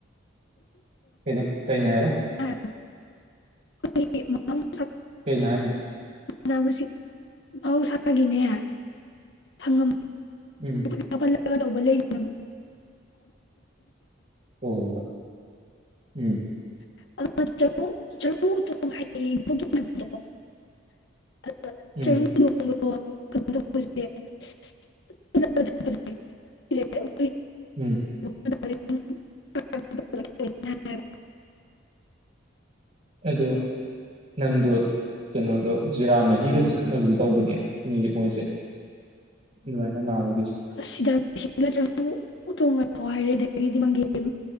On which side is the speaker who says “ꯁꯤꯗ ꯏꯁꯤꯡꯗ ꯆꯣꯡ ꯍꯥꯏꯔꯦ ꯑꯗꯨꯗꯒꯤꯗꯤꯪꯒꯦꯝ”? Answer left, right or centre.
Left